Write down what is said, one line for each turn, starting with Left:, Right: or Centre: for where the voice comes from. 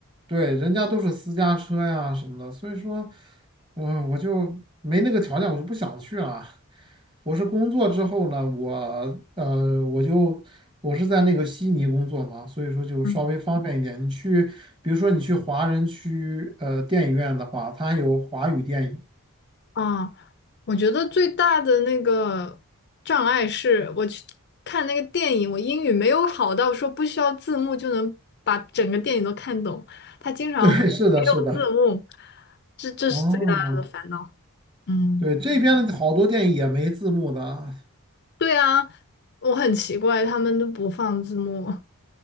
Right: 对，人家都是私家车呀什么的，所以说我我就没那个条件，我就不想去了。我是工作之后呢，我呃，我就我是在那个悉尼工作嘛，所以说就稍微方便一点。
Left: 嗯，
Right: 你去，比如说你去华人区呃电影院的话，它有华语电影。
Left: 啊，我觉得最大的那个障碍是我去看那个电影，我英语没有好到说不需要字幕就能把整个电影都看懂，他经常会没有字幕，
Right: <laughs> 对，是的，是的。
Left: 这这是最大的烦恼。
Right: 哦，
Left: 嗯
Right: 对，这边的好多电影也没字幕的，
Left: 对啊，我很奇怪，他们都不放字幕。